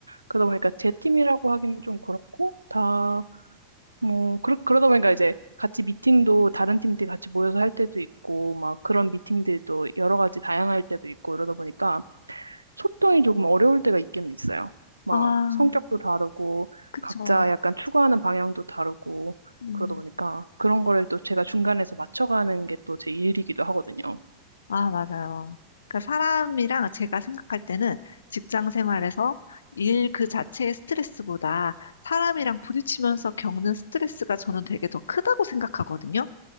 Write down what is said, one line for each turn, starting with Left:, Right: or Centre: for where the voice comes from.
Right: 그러다 보니까 제 팀이라고 하기는 좀 그렇고, 다, 뭐, 그러, 그러다 보니까 이제 같이 미팅도 다른 팀들 같이 모여서 할 때도 있고, 막 그런 미팅들도 여러 가지 다양할 때도 있고, 이러다 보니까 소통이 조금 어려울 때가 있기는 있어요. 막
Left: 아,
Right: 성격도 다르고,
Left: 그쵸.
Right: 각자 약간 추구하는 방향도 다르고,
Left: 음.
Right: 그러다 보니까 그런 거를 또 제가 중간에서 맞춰가는 게 또 제 일이기도 하거든요.
Left: 아, 맞아요. 그러니까 사람이랑 제가 생각할 때는 직장 생활에서 일 그 자체의 스트레스보다 사람이랑 부딪히면서 겪는 스트레스가 저는 되게 더 크다고 생각하거든요.